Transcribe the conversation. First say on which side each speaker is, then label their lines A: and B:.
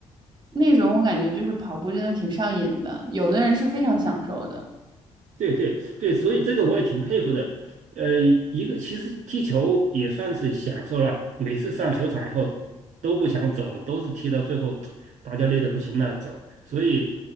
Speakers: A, on the right; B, on the right.
A: 那种我感觉就是跑步真的挺上瘾的，有的人是非常享受的。
B: 对对对，所以这个我也挺佩服的。呃，一个其实踢球也算是享受了，每次上球场以后都不想走，都是踢到最后大家累得不行了走。所以，